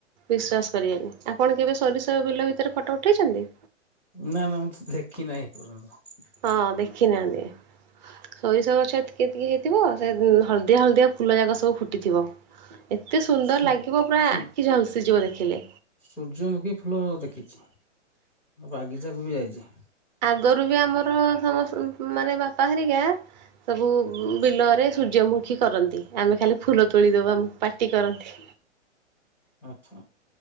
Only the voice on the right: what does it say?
ବିଶ୍ଵାସ କରିବେନି। ଆପଣ କେବେ ସୋରିଷ ବିଲ ଭିତରେ ଫଟୋ ଉଠେଇଛନ୍ତି?
ହଁ ଦେଖିନାହାନ୍ତି। ସୋରିଷ ଗଛ ତିକେ ତିକେ ହେଇଥିବ, ସେ <inaudible> ହଳଦିଆ, ହଳଦିଆ ଫୁଲ ଯାକ ସବୁ ଫୁଟିଥିବ। ଏତେ ସୁନ୍ଦର
ଲାଗିବ ପୁରା
ଆଖି ଝଲ୍ସିଯିବ ଦେଖିଲେ।
ଗୋରୁ ବି ଆମର ସବୁସଂ, ମାନେ ବାପା ହେରିକା ସବୁ ବିଲରେ ସୂର୍ଯ୍ୟମୁଖୀ କରନ୍ତି, ଆମେ ଖାଲି ଫୁଲ ତୋଳି ଦବାମ୍ ପାଟି କରନ୍ତି।